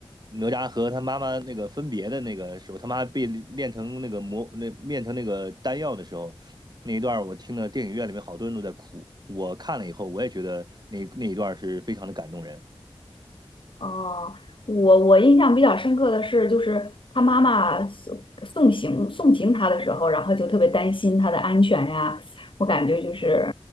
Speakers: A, on the right; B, on the left.
A: 哪吒和他妈妈那个分别的那个时候，他妈被炼成那个魔那炼成那个丹药的时候，那一段儿我听了电影院里面好多人都在哭，我看了以后我也觉得那那一段儿是非常的感动人。
B: 哦，我我印象比较深刻的是，就是他妈妈送送行送行他的时候，然后就特别担心他的安全呀。我感觉就是